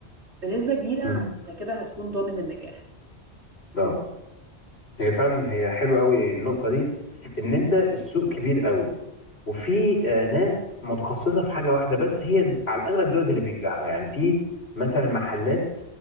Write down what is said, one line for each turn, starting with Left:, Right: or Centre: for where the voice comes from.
Right: بنسبه كبيره
Left: مم.
Right: انت كده هتكون ضامن النجاح
Left: اه هي فعلا هي حلوة قوي النقطة دي ان انت السوق كبير قوي وفي آه، ناس متخصصة في حاجة واحدة بس هي على الأغلب دولت اللي بينجحوا يعني في مثلا محلات